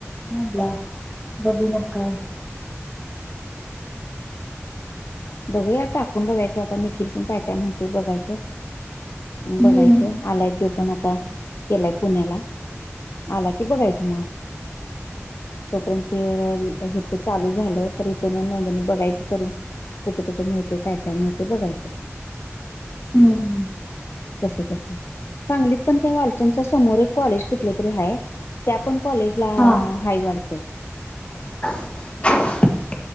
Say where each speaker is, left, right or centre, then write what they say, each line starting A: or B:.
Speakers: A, on the left (about 25°); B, on the left (about 55°).
A: म्हणला बघू नका.
B: बघूया टाकून बघायचं आता निखिल पण काय काय म्हणतय बघायचं. आन्
A: हम्म
B: बघायचं, आलाय तो पण आता केलाय पुण्याला. आला की बघायचं म. तोपर्यंत हे हितं चालू झालं तर हितं ना नोंदणी बघायचं करून. कुटं कुटं मिळते काय काय मिळते बघायचं.
A: <inaudible>
B: कसं कसं, सांगलीत पण त्या वालच्यांच्या समोर एक कॉलेज कुठलं तरी हाय. त्या पण कॉलेजला
A: हा
B: हाय वाडतं.
A: <inaudible>